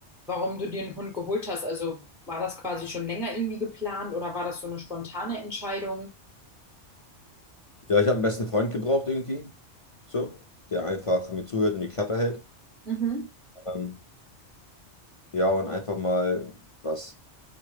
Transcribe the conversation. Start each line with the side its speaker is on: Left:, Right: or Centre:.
Centre: warum du dir einen Hund geholt hast? Also war das quasi schon länger irgendwie geplant oder war das so eine spontane Entscheidung?
Left: Ja, ich habe einen besten Freund gebraucht irgendwie, so, der einfach mir zuhört und die Klappe hält.
Centre: Mhm.
Left: Ähm, ja, und einfach mal was,